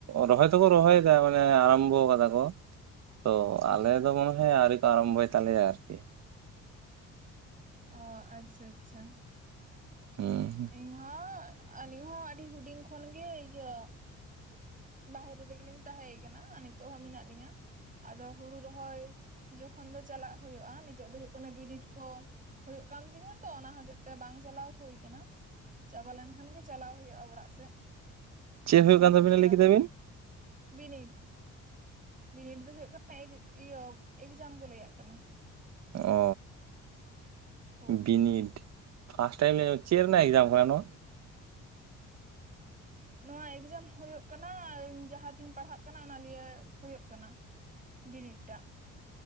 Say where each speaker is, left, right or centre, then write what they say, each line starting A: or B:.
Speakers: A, on the right; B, on the right.
A: ᱨᱚᱦᱚᱭ ᱫᱚᱠᱚ ᱨᱚᱦᱚᱭ ᱫᱟ ᱢᱟᱱᱮ ᱟᱨᱟᱢᱵᱚ ᱠᱟᱫᱟ ᱠᱚ᱾ ᱛᱚ ᱟᱞᱮ ᱫᱚ ᱢᱚᱱᱮ ᱦᱚᱭ ᱟᱹᱣᱨᱤ ᱠᱚ ᱟᱨᱟᱢᱵᱷᱚᱭ ᱛᱟᱞᱮᱭᱟ ᱟᱨᱠᱤ᱾
B: ᱚ ᱟᱪᱪᱷᱟ ᱟᱪᱪᱷᱟ᱾
A: ᱦᱩᱸ᱾
B: ᱤᱧᱦᱚᱸ, ᱟᱹᱞᱤᱧ ᱦᱚᱸ ᱟᱹᱰᱤ ᱦᱩᱰᱤᱧ ᱠᱷᱚᱱᱜᱮ ᱤᱭᱟᱹ ᱵᱟᱦᱨᱮ ᱨᱮᱜᱮᱞᱤᱧ ᱛᱟᱦᱮᱸ ᱟᱠᱟᱱᱟ ᱟᱨ ᱱᱤᱛᱚᱜ ᱦᱚᱸ ᱢᱮᱱᱟᱜ ᱞᱤᱧᱟᱹ, ᱟᱫᱚ ᱦᱩᱲᱩ ᱨᱚᱦᱚᱭ ᱡᱚᱠᱷᱚᱱ ᱫᱚ ᱪᱟᱞᱟᱜ ᱦᱩᱭᱩᱜᱼᱟ ᱱᱤᱛᱚᱜ ᱫᱚ ᱦᱩᱭᱩᱜ ᱠᱟᱱᱟ ᱵᱤᱱᱤᱰ ᱠᱚ, ᱦᱩᱭᱩᱜ ᱠᱟᱱ ᱛᱤᱧᱟᱹ ᱛᱚ ᱚᱱᱟ ᱦᱚᱛᱮᱡ ᱛᱮ ᱵᱟᱝ ᱪᱟᱞᱟᱣ ᱦᱩᱭᱳ ᱟᱠᱟᱱᱟ᱾ ᱪᱟᱵᱟ ᱞᱮᱱᱠᱷᱟᱱ ᱜᱮ ᱪᱟᱞᱟᱣ ᱦᱩᱭᱩᱜᱼᱟ ᱚᱲᱟᱜ ᱥᱮᱫ,
A: ᱪᱮᱫ
B: ᱫᱤᱥᱚᱢ
A: ᱦᱩᱭᱩᱜ ᱠᱟᱱ
B: ᱥᱮᱫ
A: ᱛᱟᱵᱤᱱᱟ
B: ᱪᱟᱞᱟᱣ
A: ᱞᱟᱹᱭ ᱠᱮᱫᱟ
B: ᱦᱩᱭᱩᱜᱼᱟ᱾
A: ᱵᱤᱱ
B: ᱵᱤᱱᱤᱰ᱾ ᱵᱤᱱᱤᱰ ᱫᱚ ᱦᱩᱭᱩᱜᱜ ᱠᱟᱱᱟ ᱮᱜ ᱤᱭᱟᱹ ᱮᱠᱡᱟᱢ ᱠᱚ ᱞᱟᱹᱭᱟᱜ ᱠᱟᱱᱟ᱾
A: ᱚ,
B: ᱦᱳᱭ
A: ᱵᱤᱱᱤᱰ᱾ ᱯᱷᱟᱥᱴ ᱴᱟᱭᱤᱢ ᱞᱤᱧ ᱟᱸᱡᱚᱢ, ᱪᱮᱫ ᱨᱮᱱᱟᱜ ᱮᱠᱡᱟᱢ ᱠᱟᱱᱟ ᱱᱚᱣᱟ?
B: ᱱᱚᱣᱟ ᱮᱠᱡᱟᱢ ᱦᱩᱭᱩᱜ ᱠᱟᱱᱟ ᱤᱧ ᱡᱟᱦᱟᱸᱛᱤᱧ ᱯᱟᱲᱦᱟᱜ ᱠᱟᱱᱟ ᱚᱱᱟ ᱞᱤᱭᱮ ᱦᱩᱭᱩᱜ ᱠᱟᱱᱟ᱾ ᱵᱤᱱᱤᱰ ᱴᱟᱜ᱾